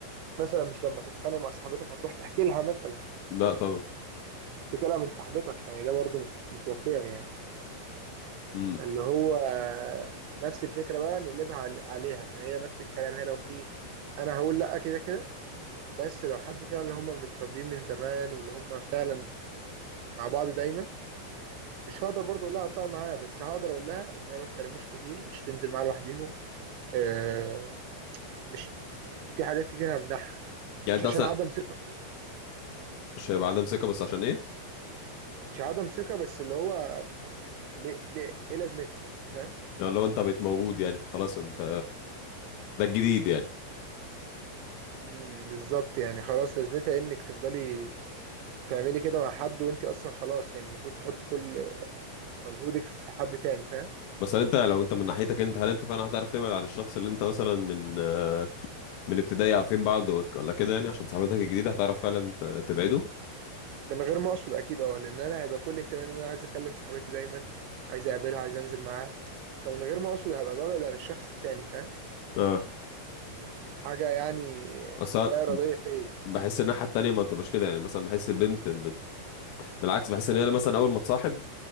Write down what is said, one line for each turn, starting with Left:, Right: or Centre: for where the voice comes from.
Right: مثلا مش لما تتخانق مع صاحبتك هتروح تحكي لها مثلا
Left: لا طبعا
Right: تحكي لها من صاحبتك يعني ده برضه مش مش واقعي يعني
Left: امم
Right: ان هو نفس الفكره بقى نقلبها عل- عليها فهي نفس الكلام هي لو في انا هقول لا كده كده بس لو حد فعلا اللي هم متربيين من زمان واللي هم فعلا مع بعض دايما مش هقدر برضه اقول لها اقطع معاها بس هقدر اقول لها ان هي ما تكلموش كتير مش تنزل معاها لوحديهم آه مش في حاجات كتير همنعها
Left: يعني
Right: مش
Left: انت
Right: عشان
Left: اصلا
Right: عدم ثقه فيك
Left: مش هيبقى عدم ثقه بس عشان ايه
Right: مش عدم ثقه بس اللي هو ليه ليه ايه لازمتها بس فاهم
Left: يعني لو انت بقيت موجود يعني فخلاص انت ده الجديد يعني
Right: مم، بالظبط يعني خلاص لازمتها انك تفضلي تعملي كده مع حد وانت اصلا خلاص يعني المفروض تحط كل مجهودك في حد تاني فاهم
Left: بس هل انت لو انت من ناحيتك انت هل انت فعلا هتعرف تبعد عن الشخص اللي انت مثلا من آه، من ابتدائي عارفين بعض وك- ولا كده يعني عشان صاحبتك الجديده هتعرف فعلا ت- تبعده
Right: من غير ما اقصد اكيد اه لان انا هيبقى كل اهتمامي ان انا عايز اكلم صاحبتي دايما عايز اقابلها عايز انزل معاها فمن غير ما اقصد هبقى ببعد عن الشخص التاني فاهم
Left: اه
Right: حاجة يعني
Left: بس أنا
Right: لا إرادية فيا
Left: بحس الناحيه التانيه ما بتبقاش كده يعني مثلا بحس البنت بت... بالعكس بحس ان هي مثلا اول ما تصاحب